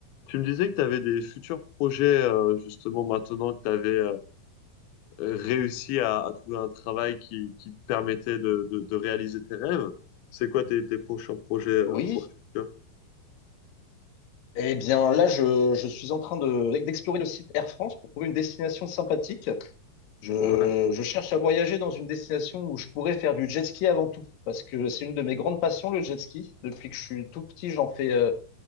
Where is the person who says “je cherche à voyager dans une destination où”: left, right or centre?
Left